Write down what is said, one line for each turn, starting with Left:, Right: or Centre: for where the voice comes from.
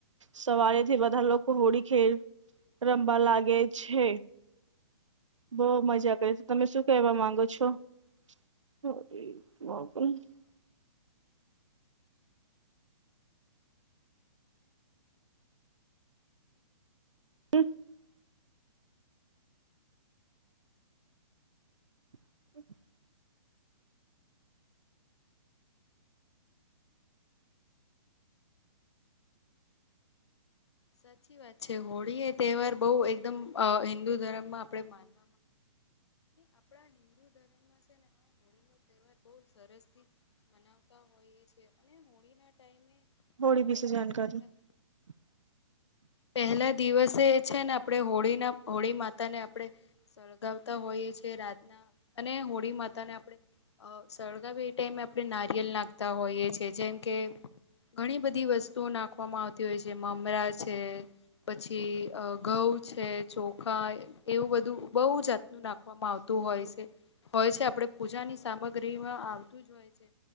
Right: સવારે થી બધા લોકો હોળી ખે. રમવા લાગે છે. બઉ મજા કરી છે તમે શું કેવા માંગો છો. <unintelligible> <unintelligible> <unintelligible> <inaudible>
Left: સાચી વાત છે હોળી એ તહેવાર બહુ એકદમ હિન્દુ ધર્મમાં આપડે માની. આપણા હિન્દુ ધર્મમાં છે ને આ હોળી નો તહેવાર બહ સરસ થી. મનાવતા હોઈએ છેએ અને હોળી ના ટાઈમે
Right: હોળી
Left: આપણે
Right: વિશે જાણકારી
Left: પેલા.
Right: <inaudible> <inaudible>
Left: પહેલા દિવસે છે, ને આપણે હોળી ના હોળી માતા ને આપણે. સળગાવતા હોઈએ છે, રાતના અને હોળી માતા ને આપણે. અ સળગાવી એ ટાઈમે આપણે નારિયેલ નાખતા હોઈએ છીએ જેમ કે. ઘણી બધી વસ્તુઓ નાખવામાં આવતી હોય છે, મમરા છે. પછી ઘઉં છે, ચોખા એવું બધું બહુ જાતનું નાખું. આપવામાં આવતું હોય છે, હોય છે આપે પૂજાની સામગ્રીમાં આવતું જ હોય છે.